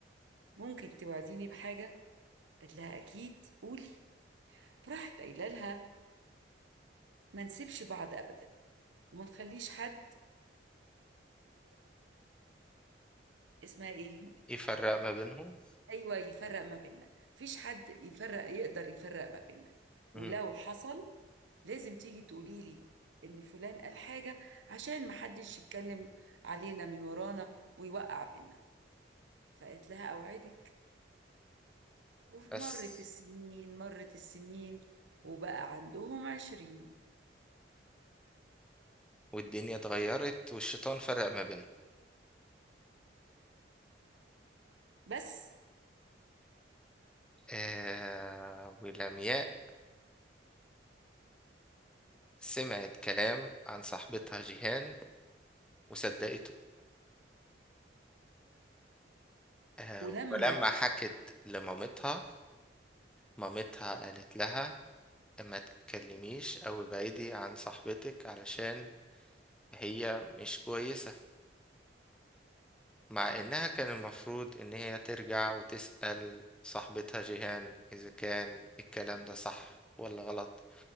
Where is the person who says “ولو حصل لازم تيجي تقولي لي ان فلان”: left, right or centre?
Right